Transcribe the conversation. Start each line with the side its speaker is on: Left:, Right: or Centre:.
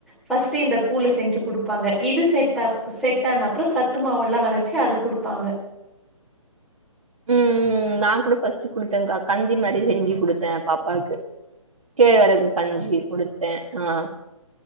Centre: பர்ஸ்ட் இந்த கூழ்ல செஞ்சு கொடுப்பாங்க இது செ செட் ஆன அப்புறோ சத்து மாவுல்லா அரைச்சு அத குடுப்பாங்க
Right: உம் நா கூட ஃபர்ஸ்ட்டு கொடுத்தேன்கா கஞ்சி மாரி செஞ்சு கொடுத்தே பாப்பாவுக்கு கேழ்வரகு கஞ்சி கொடுத்தே ஆ